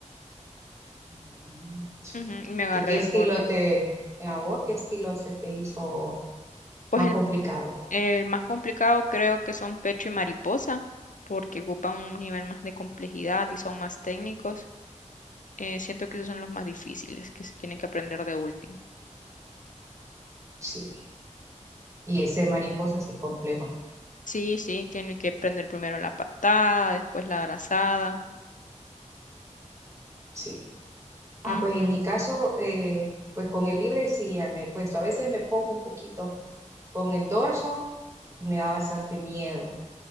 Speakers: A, on the right; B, on the left.
A: Mm, sí.
B: ujú, y me agarré
A: ¿Y qué
B: del
A: estilo
B: borde.
A: te, a vos, qué estilo se te hizo
B: Pues
A: más
B: el,
A: complicado?
B: el más complicado creo que son pecho y mariposa, porque ocupan un nivel más de complejidad y son más técnicos. Eh, siento que esos son los más difíciles, que se tienen que aprender de último.
A: Sí. Y ese mariposa sí es complejo.
B: Sí, sí, tienen que aprender primero la patada, después la abrazada.
A: Sí. Ah,
B: Ujú.
A: pues en mi caso, eh, pues con el libre sí ya me he puesto. A veces me pongo un poquito con el dorso y me da bastante miedo